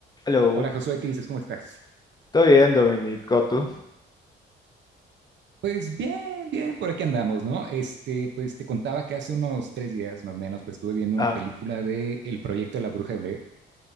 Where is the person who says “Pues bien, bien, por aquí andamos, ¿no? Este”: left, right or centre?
Right